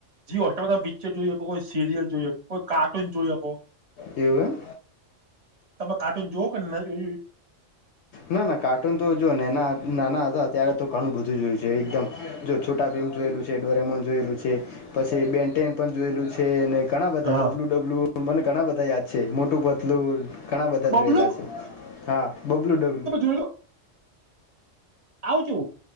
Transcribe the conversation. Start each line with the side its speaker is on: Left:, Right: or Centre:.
Right: જીઓ હોસ્ટર પર પિક્ચર જોઈ શકો કોઈ સિરિયલ જોઈ શકો કોઈ કાર્ટૂન જોઈ શકો
Left: એવું એમ
Right: તમે કાર્ટૂન જોઓ કે નલ. <inaudible>
Left: ના ના કાર્ટૂન તો જોઅ નેના નાના હતા ત્યારે તો ઘણુંય બધું જોયું છે એકદમ જો છોટા ભીમ જોયેલું છે ડોરેમોન જોયેલું છે પછી બેનટેન પણ જોયેલું છે અને ઘણા બધા
Right: હા
Left: બબલુ ડબલુ મને ઘણા બધાં યાદ છે મોટું પતલું ઘણાં બધા
Right: બબલુ
Left: જોયેલા છે હા બબલું ડ
Right: કઇ ગ્યો આવજો